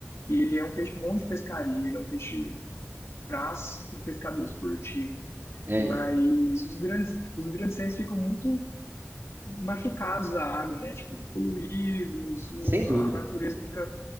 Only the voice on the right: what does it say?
É,
sem dúvida.